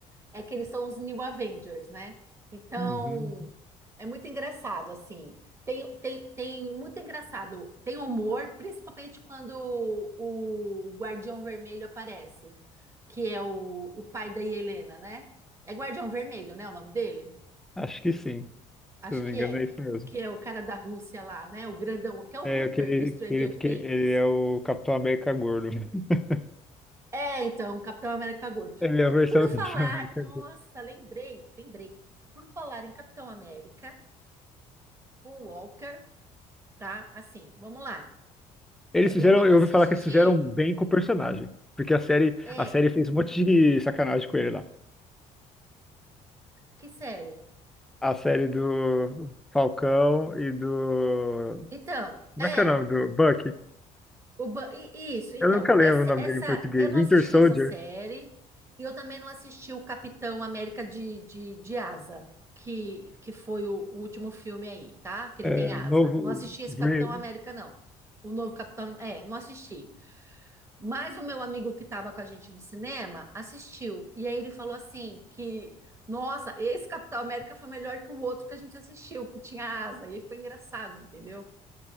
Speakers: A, on the right (about 20°); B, in the centre.
A: é que eles são os New Avengers, né? Então,
B: Uhum.
A: é muito engraçado, assim. Tem, tem, tem muito engraçado. Tem humor, principalmente quando o Guardião Vermelho aparece, que é o, o pai da Helena, né? É Guardião Vermelho, né? O nome dele?
B: Acho que sim.
A: Acho
B: Se eu não
A: que
B: me engano,
A: é.
B: é isso mesmo.
A: Que é o cara da Rússia lá, né? O grandão, que é o
B: É
A: Hooper
B: aquele,
A: do Stranger
B: ele, porque
A: Things.
B: ele é o Capitão América gordo. <laughs>
A: É, então, Capitão América Gordo.
B: Ele
A: E
B: é a versão
A: por
B: do
A: falar,
B: Capitão América
A: nossa,
B: gordo.
A: lembrei, lembrei. Por falar em Capitão América, o Walker, tá? Assim, vamos lá.
B: Eles
A: É,
B: fizeram,
A: eu não
B: eu
A: assisti.
B: ouvi falar que eles fizeram bem com o personagem. Porque a série,
A: É,
B: a série fez um monte de sacanagem com ele lá.
A: que série?
B: A série do Falcão e do.
A: Então,
B: Como
A: é,
B: é que é o nome do Bucky?
A: O Ba- i- Isso, então,
B: Eu nunca lembro
A: esse-
B: o nome
A: essa,
B: dele em português.
A: eu não
B: Winter
A: assisti
B: Soldier.
A: essa série e eu também não assisti o Capitão América de, de, de Asa, que, que foi o, o último filme aí, tá? Que ele
B: É,
A: tem asa.
B: novo.
A: Não assisti esse
B: Bra-
A: Capitão América, não. O novo Capitão, é, não assisti. Mas o meu amigo que estava com a gente no cinema assistiu. E aí ele falou assim que, nossa, esse Capitão América foi melhor que o outro que a gente assistiu, que tinha asa. E aí ficou engraçado, entendeu?